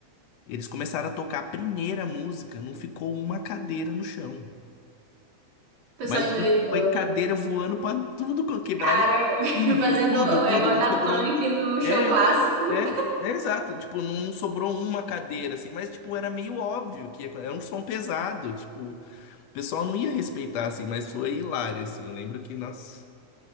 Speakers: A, on the left; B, on the right.
A: Eles começaram a tocar a primeira música, não ficou uma cadeira no chão.
B: O pessoal
A: Mas
B: endoidou.
A: foi cadeira voando pra tudo, co- quebrada,
B: Cara, <laughs>
A: tudo,
B: fazendo
A: tudo,
B: é,
A: tudo.
B: roda
A: Não sobrou
B: punk
A: um.
B: no show
A: É,
B: clássico.
A: é, é exato. Tipo, não, não sobrou uma cadeira, assim. Mas, tipo, era meio óbvio que ia- era um som pesado. Tipo, o pessoal não ia respeitar, assim. Mas foi hilário, assim. Eu lembro que, nossa,